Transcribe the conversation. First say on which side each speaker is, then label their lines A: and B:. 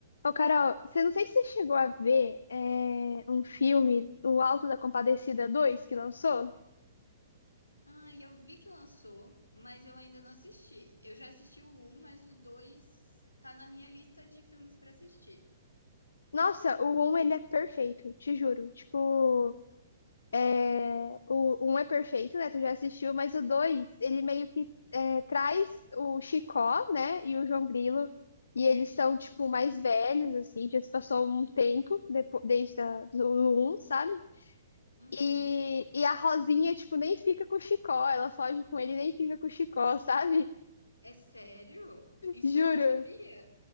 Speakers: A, on the left; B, on the left.
A: Ô, Carol, você não sei se você chegou a ver é, um filme, O Alto da Compadecida dois que lançou.
B: Ah, eu vi que lançou, mas eu ainda não assisti. Eu já assisti o um, mas o 2 tá na minha lista de filmes pra assistir.
A: Nossa, o um ele é perfeito, te juro. Tipo, é, o um é perfeito, né? Tu já assistiu, mas o 2, ele meio que é, traz o Chicó, né? E o João Grilo. E eles são, tipo, mais velhos, assim, já se passou um tempo depo- desde a, do um, sabe?
B: Uhum.
A: E, e a Rosinha, tipo, nem fica com o Chicó, ela foge com ele e nem fica com o Chicó, sabe?
B: É sério? Isso
A: Juro.
B: eu não sabia.